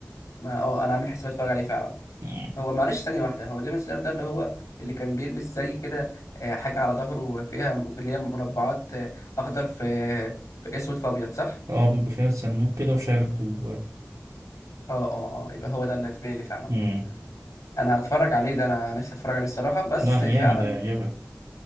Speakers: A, on the left (about 80°); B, on the right (about 85°).
A: ما اه انا عامل حساب اتفرج عليه فعلا
B: مم.
A: هو معلش ثانية واحدة هو ديمون سلاير ده اللي هو اللي كان بيلبس زي كده آه، حاجة على ظهره فيها م- اللي هي مربعات آه، أخضر في في أسود في أبيض صح؟
B: اه بيبقى شايل صندوق كده وشايل خطوط
A: اه اه اه يبقى هو ده اللي في بالي فعلا
B: مم.
A: أنا هتفرج عليه ده أنا نفسي أتفرج عليه الصراحة بس
B: لا
A: فعلا
B: جامد هيعجبك